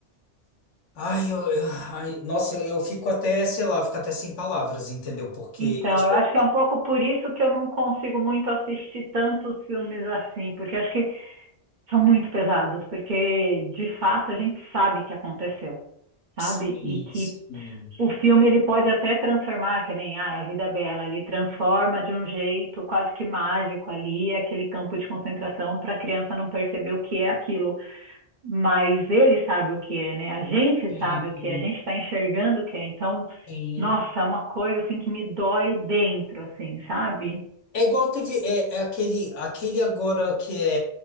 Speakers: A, on the left; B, on the right.
A: Ai, eu, eu- ai, nossa, eu, eu fico até, sei lá, fico até sem palavras, entendeu? Porque
B: Então,
A: eu sou.
B: eu acho que é um pouco por isso que eu não consigo muito assistir tantos filmes assim, porque acho que são muito pesados, porque de fato a gente sabe que aconteceu, sabe?
A: Sim,
B: E que
A: sim,
B: o filme ele pode até transformar, que nem ah, a vida é bela, ele transforma de um jeito quase que mágico ali aquele campo de concentração para a criança não perceber o que é aquilo. Mas ele sabe o que é, né? A gente
A: sim,
B: sabe o que é, a gente está enxergando o que é. Então,
A: sim.
B: nossa, é uma coisa assim que me dói dentro, assim, sabe?
A: É igual teve. É, é aquele, aquele agora que é,